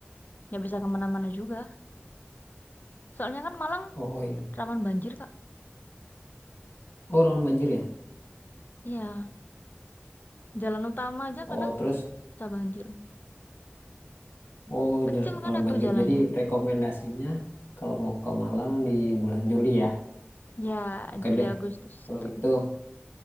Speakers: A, on the left; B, on the left.
A: nggak bisa kemana-mana juga. Soalnya kan Malang
B: Oh iya.
A: rawan banjir, Kak.
B: Oh, rawan banjir ya.
A: Iya, jalan utama aja
B: Oh,
A: kadang
B: terus
A: bisa banjir.
B: Oh,
A: Kecil
B: ja- tahun
A: kan itu
B: banjir.
A: jalannya.
B: Jadi rekomendasinya kalau mau ke Malang di bulan Juli ya.
A: Ya,
B: Oke
A: Juli
B: deh.
A: Agustus
B: Kalau
A: itu.
B: gitu